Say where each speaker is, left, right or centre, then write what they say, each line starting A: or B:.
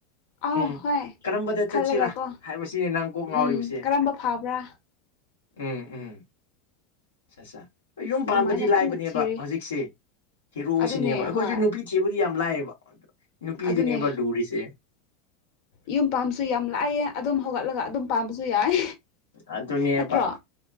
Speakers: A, on the left; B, on the left.
A: ꯑꯥꯎ
B: ꯎꯝ
A: ꯍꯣꯏ
B: ꯀꯔꯝꯕꯗ ꯆꯠꯁꯤꯔꯥ
A: ꯈꯜꯂꯒꯀꯣ
B: ꯍꯥꯏꯕꯁꯤ ꯅꯪ ꯀꯣꯛ ꯉꯥꯎꯔꯤꯕꯁꯦ꯫
A: ꯎꯝ ꯀꯔꯝꯕ ꯐꯥꯕ꯭ꯔꯥ
B: ꯎꯝ ꯎꯝ ꯑꯠꯆꯥ ꯆꯥ ꯌꯨꯝ
A: ꯑꯗꯨꯃꯥꯏꯅ
B: ꯄꯥꯝꯕꯗꯤ
A: ꯀꯟꯅ
B: ꯂꯥꯏꯕꯅꯦꯕ
A: ꯊꯤꯔꯤ
B: ꯍꯧꯖꯤꯛꯁꯦ꯫ ꯍꯦꯔꯣꯁꯤꯅꯦꯕ
A: ꯑꯗꯨꯅꯦ
B: ꯑꯩꯈꯣꯏꯁꯨ
A: ꯍꯣꯏ
B: ꯅꯨꯄꯤ ꯊꯤꯕꯨꯗꯤ ꯌꯥꯝ ꯂꯥꯛꯑꯦꯕ ꯅꯨꯄꯤꯗꯨꯅꯦꯕ
A: ꯑꯗꯨꯅꯦ
B: ꯂꯨꯔꯤꯁꯦ꯫
A: ꯌꯨꯝ ꯄꯥꯝꯕꯁꯨ ꯌꯥꯝ ꯂꯥꯏꯑꯦ ꯑꯗꯨꯝ ꯍꯧꯒꯠꯂꯒ ꯑꯗꯨꯝ ꯄꯥꯝꯕꯁꯨ ꯌꯥꯏ꯫
B: ꯑꯗꯨꯅꯤꯄꯥ
A: ꯅꯠꯇ꯭ꯔꯣ